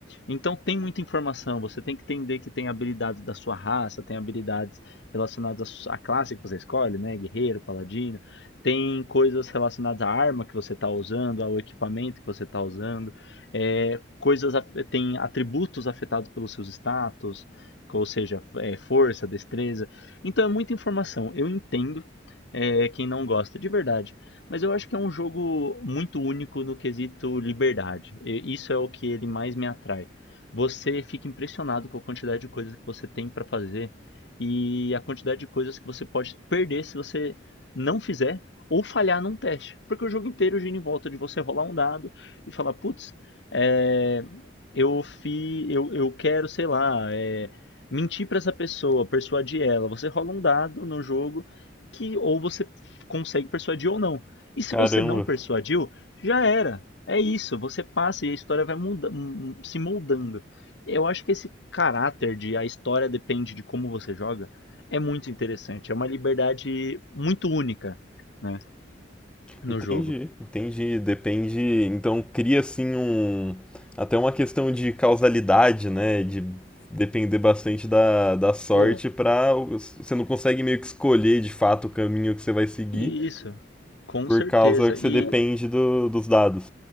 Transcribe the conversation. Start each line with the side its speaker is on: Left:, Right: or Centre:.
Left: Então tem muita informação, você tem que entender que tem habilidades da sua raça, tem habilidades relacionadas à su- à classe que você escolhe, né? Guerreiro, paladino, tem coisas relacionadas à arma que você está usando, ao equipamento que você está usando. É, coisas af- tem atributos afetados pelos seus status, ou seja, é, força, destreza. Então é muita informação. Eu entendo é, quem não gosta, de verdade. Mas eu acho que é um jogo muito único no quesito liberdade. E isso é o que ele mais me atrai. Você fica impressionado com a quantidade de coisas que você tem para fazer e a quantidade de coisas que você pode perder se você não fizer ou falhar num teste. Porque o jogo inteiro gira em volta de você rolar um dado e falar, putz, é, eu fi, eu, eu quero, sei lá, é, mentir para essa pessoa, persuadir ela. Você rola um dado no jogo que ou você consegue persuadir ou não. E se
Centre: Caramba.
Left: você não persuadiu, já era. É isso, você passa e a história vai muda, m- se moldando. Eu acho que esse caráter de a história depende de como você joga é muito interessante. É uma liberdade muito única, né, no
Centre: Entendi,
Left: jogo.
Centre: entendi. Depende. Então cria assim um. Até uma questão de causalidade, né? De depender bastante da, da sorte
Left: Pô,
Centre: para Você não consegue meio que escolher de fato o caminho que você vai seguir
Left: isso. Com
Centre: por
Left: certeza.
Centre: causa que você
Left: E
Centre: depende do- dos dados.